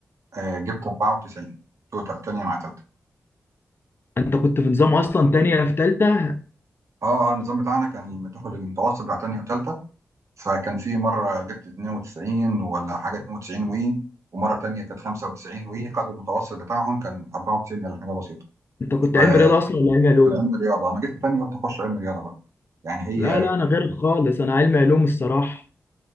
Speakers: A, on the right; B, on the left.
A: آه، جبت 94 توتال تانية مع تالتة
B: أنت كنت في نظام أصلا تانية في تالتة
A: اه آه، النظام بتاعنا كان بتاخد المتوسط بتاع تانية وتالتة فكان في مره جبت 92 ولا حاجه 92 وي ومره تانية كانت 95 وي خدوا المتوسط بتاعهم كان 94 ولا حاجه بسيطه
B: أنت كنت
A: فكان
B: علم رياضة أصلا ولا علم علوم؟
A: علم رياضه انا جيت في تانية قلت اخش علم رياضه بقى يعني هي
B: لا لا انا غيرك خالص انا علمي علوم الصراحه